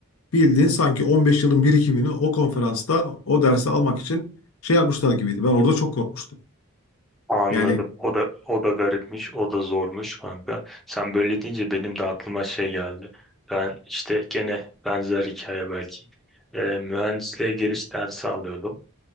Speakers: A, on the left; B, in the centre.
A: bildiğin sanki 15 yılın birikimini o konferansta o dersi almak için şey yapmışlar gibiydi. Ben orada çok korkmuştum.
B: Anladım.
A: Yani
B: O da o da garipmiş, o da zormuş kanka. Sen böyle deyince benim de aklıma şey geldi. Ben işte gene benzer hikaye belki. Ee, mühendisliğe giriş dersi alıyordum.